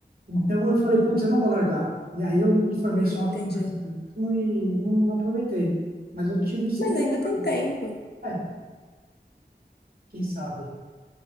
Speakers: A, on the right; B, on the left.
A: Então eu falei, putz, eu não vou largar. E aí eu me formei
B: Hum,
A: só aqui
B: entendi.
A: mesmo e não, não aproveitei. Mas eu tive sempre
B: Mas ainda
A: vontade.
B: tem tempo.
A: É, quem sabe?